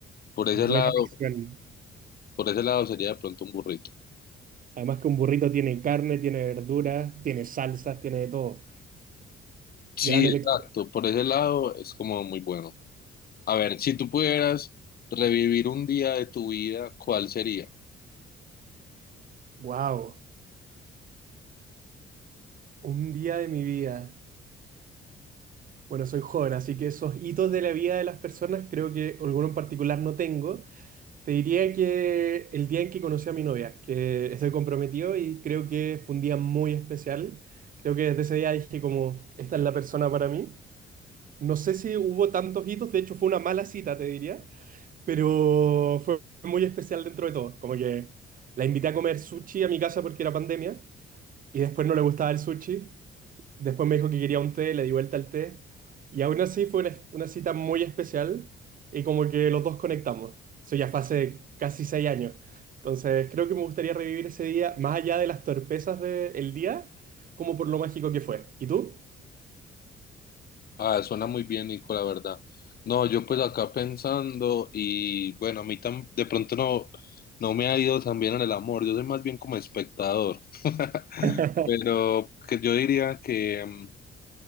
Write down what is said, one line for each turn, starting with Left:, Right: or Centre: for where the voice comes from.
Left: por ese
Right: buena
Left: lado,
Right: elección.
Left: por ese lado sería de pronto un burrito.
Right: Además que un burrito tiene carne, tiene verduras, tiene salsas, tiene de todo.
Left: Sí,
Right: Gran
Left: exacto.
Right: elección.
Left: Por ese lado es como muy bueno. A ver, si tú pudieras revivir un día de tu vida, ¿cuál sería?
Right: Wow, un día de mi vida. Bueno, soy joven, así que esos hitos de la vida de las personas creo que alguno en particular no tengo, Te diría que el día en que conocí a mi novia, que estoy comprometido y creo que fue un día muy especial. Creo que desde ese día dije como, esta es la persona para mí. No sé si hubo tantos hitos, de hecho fue una mala cita, te diría, pero fue muy especial dentro de todo. Como que la invité a comer sushi a mi casa porque era pandemia y después no le gustaba el sushi. Después me dijo que quería un té, le di vuelta al té. Y aún así fue una, una cita muy especial y como que los dos conectamos. Eso ya fue hace casi seis años. Entonces creo que me gustaría revivir ese día, más allá de las torpezas del día, como por lo mágico que fue. ¿Y tú?
Left: Ah, suena muy bien, Nico, la verdad. No, yo pues acá pensando y bueno, a mí tan, de pronto no, no me ha ido tan bien en el amor. Yo soy más bien como espectador. <laughs>
Right: <laughs>
Left: Pero que yo diría que mm,